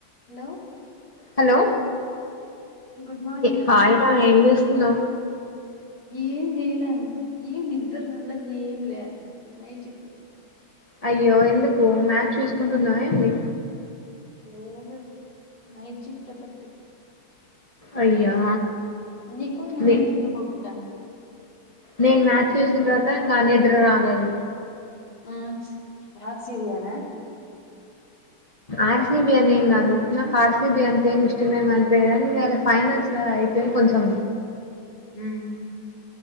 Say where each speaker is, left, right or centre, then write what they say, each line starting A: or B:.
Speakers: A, on the left; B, on the left.
A: Hello
B: hello
A: good morning
B: hi రా ఏం చేస్తున్నావ్.
A: ఏం చేయలే ఏం నిద్ర రాలే ఏం లే నైట్ షిఫ్ట్.
B: అయ్యో ఎందుకు మ్యాచ్ చూసుకుంటున్నావ ఏంది.
A: లేదు నైట్ షిఫ్ట్ ఎఫెక్ట్.
B: అయ్యా
A: నీకు నువ్వేం
B: నే
A: నిద్ర పోకుండా
B: నేను మ్యాచ్ చూసిన తర్వాత ఇంకా నిద్ నిద్ర రాలేదు.
A: ఉమ్ రాసివుయానా
B: ఆర్ సి బి అనేం కాదు నాకు ఆర్ సి బి అంతేమి ఇష్టమేము అనిపియదు కానీ ఇవాళ ఫైనల్స్ కదా ఐపిఎల్ కొంచెం
A: ఉమ్